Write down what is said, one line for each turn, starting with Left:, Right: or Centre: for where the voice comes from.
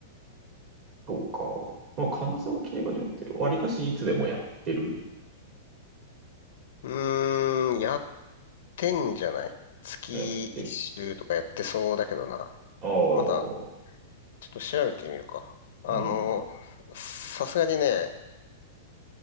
Right: そうか。まあ、金沢競馬場って割かしいつでもやってる
Left: うーん、宿10じゃない月一周とかやってそうだけどな。
Right: やってる。ああ、
Left: まだ、ちょっと調べてみるか。あの、
Right: うん。
Left: さすがにね、